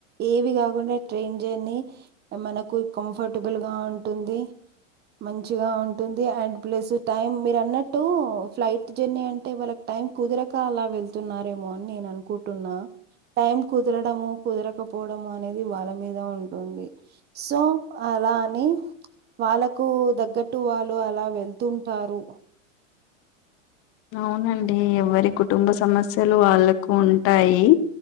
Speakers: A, on the right; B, on the left.
A: ఏవి కాకుండా ట్రైన్ జర్నీ మనకు కంఫర్టబుల్ గా ఉంటుంది మంచిగా ఉంటుంది అండ్ ప్లస్ టైమ్ మీరన్నట్టు ఫ్లైట్ జర్నీ అంటే వాళ్ళక్ టైం కుదరక అలా వెళ్తున్నారేమో అని నేను అనుకుటున్నా టైం కుదరడము కుదరకపోవడము అనేది వాళ్ళ మీద ఉంటుంది సో అలా అని వాళ్ళకు దగ్గట్టు వాళ్ళు అలా వెళ్తుంటారు
B: అవునండి ఎవరి కుటుంబ సమస్యలు వాళ్ళకు ఉంటాయి